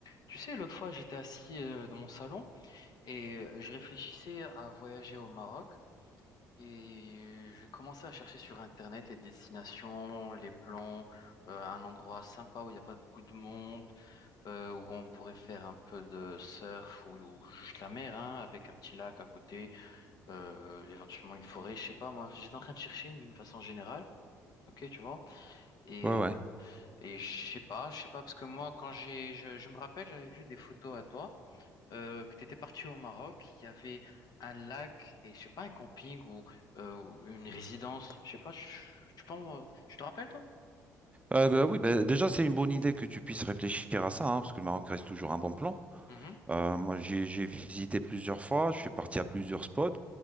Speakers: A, on the left; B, on the right.
A: Tu sais, l'autre fois, j'étais assis euh, dans mon salon et euh, je réfléchissais à voyager au Maroc et je commençais à chercher sur Internet les destinations, les plans, euh, un endroit sympa où il n'y a pas beaucoup de monde, euh, où on pourrait faire un peu de surf ou, ou juste la mer, hein, avec un petit lac à côté, euh, éventuellement une forêt, je sais pas moi. J'étais en train de chercher d'une façon générale. Ok, tu vois. Et,
B: Ouais,
A: euh,
B: ouais.
A: et je sais pas, je sais pas, parce que moi, quand j'ai, je, je me rappelle, j'avais vu des photos à toi euh, que tu étais parti au Maroc, il y avait un lac et je sais pas, un camping ou euh, ou une résidence. Je sais pas, je- tu penses, euh, tu te rappelles toi?
B: Euh, bah, oui, bah, déjà, c'est une bonne idée que tu puisses réfléchir à ça, hein, parce que le Maroc reste toujours un bon plan.
A: Mhm.
B: Euh, moi, j'ai j'ai visité plusieurs fois, je suis parti à plusieurs spots.